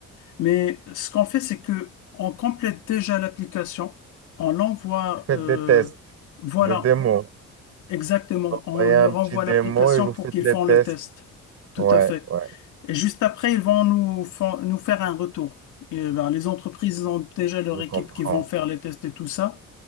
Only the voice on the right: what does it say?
Faites
des tests,
le démo.
Vous
voyez
un petit
démo
et vous
faites
les
tests.
Ouais,
ouais,
je comprends.